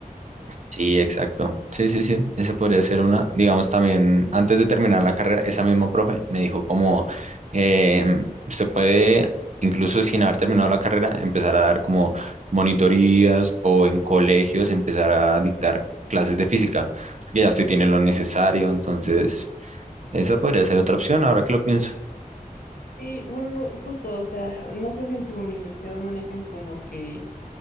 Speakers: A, on the right; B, on the left.
A: Sí, exacto. Sí, sí, sí, esa podría ser una. Digamos también, antes de terminar la carrera, esa misma profe me dijo como, eh, usted puede, incluso sin haber terminado la carrera, empezar a dar como monitorías o en colegios empezar a dictar clases de física, porque ya usted tiene lo necesario, entonces Esa podría ser otra opción, ahora que lo pienso.
B: Sí, bueno, no, justo, o sea, no sé si en tu universidad manejan como que,